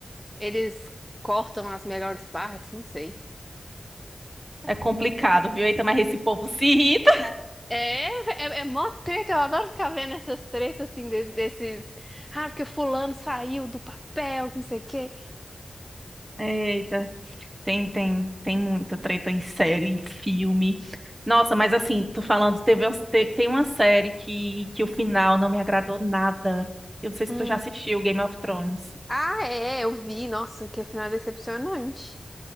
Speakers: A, in the centre; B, on the right.
A: eles cortam as melhores partes, não sei.
B: É complicado, viu? Eita, mas esse povo se irrita.
A: É, é, é mó treta, eu adoro ficar vendo essas tretas assim, de- desses. Ah, porque fulano saiu do papel, que não sei o quê.
B: Eita. Tem, tem, tem muita treta em série, em filme. Nossa, mas assim, tô falando, teve, umas- te- tem uma série que, que o final não me agradou nada. Eu não sei se
A: Hum.
B: tu já assistiu Game of Thrones.
A: Ah, é, eu vi, nossa, que é final decepcionante.